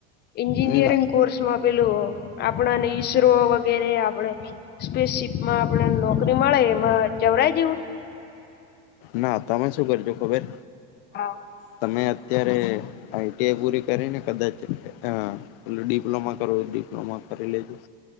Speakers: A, on the left; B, on the left.
A: એજિયરિંગ
B: ના
A: કોર્સમાં પેલું આપણાને ઈસરો વગેરે આપણે સ્પેસ માં આપણે નોકરી મળે એમાં જવરાય જેવું
B: ના તમે શું કરજો ખબર હે
A: હા.
B: તમે અત્યારે આઈટીઆઈ પૂરી કરીને કદાચ અ એટલે ડિપ્લોમા કરવું ડિપ્લોમા કરી લેજું.